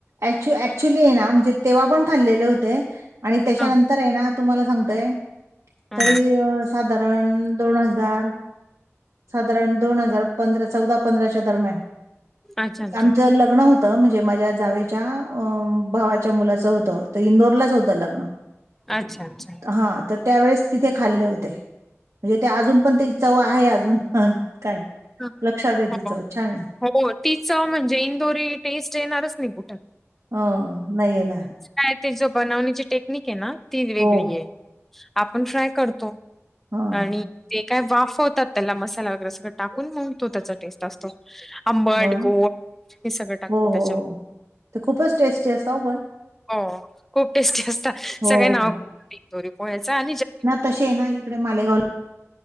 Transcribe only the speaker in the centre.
हां
हां
अच्छा अच्छा
अच्छा अच्छा
<unintelligible>
हो
हो ति चव म्हणजे इंदोरी टेस्ट येणारच नाही कुठे.
काय ते जो बनवण्याची टेक्निक हे ना ती वेगळी
आहे, आपण फ्राय करतो.
आणि ते काय वाफवतात त्याला मसाला वगैरे सगट टाकून मगं तो त्याचा टेस्ट असतो आंबट,
गोड हे सगळं टाकतो
त्याच्या
म
हो खूप टेस्टी असतात
सगळे नाव
ती दोरी पोह्याच आणि <unintelligible>